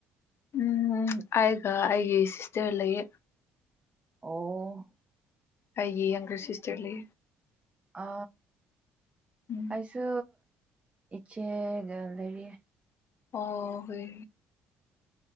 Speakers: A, on the left; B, on the right.
A: ꯎꯝ ꯑꯩꯒ ꯑꯩꯒꯤ ꯁꯤꯁꯇꯔ ꯂꯩꯌꯦ꯫
B: ꯑꯣ
A: ꯑꯩꯒꯤ ꯌꯪꯒꯔ ꯁꯤꯁꯇꯔꯂꯤ
B: ꯑ
A: ꯎꯝ
B: ꯑꯩꯁꯨ ꯏꯆꯦꯒ ꯂꯩꯔꯤ
A: ꯑꯣ ꯍꯣꯏ